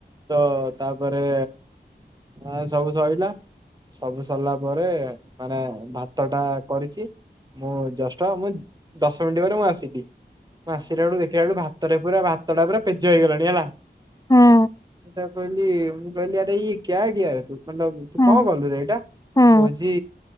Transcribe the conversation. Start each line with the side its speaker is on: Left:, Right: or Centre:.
Right: ତ ତାପରେ ହଁ ସବୁ ସଇଲା ସବୁ ସରିଲା ପରେ ମାନେ ଭାତ ଟା କରିଚି। ମୁଁ ଜଷ୍ଟ ମୁଁ ଦଶ ମିନିଟ୍ ପରେ ମୁଁ ଆସିକି। ମୁଁ ଆସିଲା ବେଳୁ ଦେଖିଲା ବେଳୁ ଭାତଟା ପୁରା ଭାତଟା ପୁରା ପେଜୁଆ ହେଇଗଲାଣି ହେଲା।
Left: ହଁ
Right: କହିଲି ମୁଁ କହିଲି ଆରେ <unintelligible> ତୁ କଣ
Left: ହଁ
Right: କଲୁରେ ଏଇଟା?
Left: ହଁ
Right: କୋହୁଚି